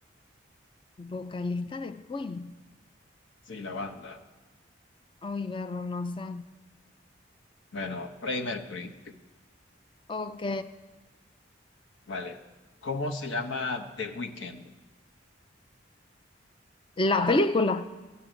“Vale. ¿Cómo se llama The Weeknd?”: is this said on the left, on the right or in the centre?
Left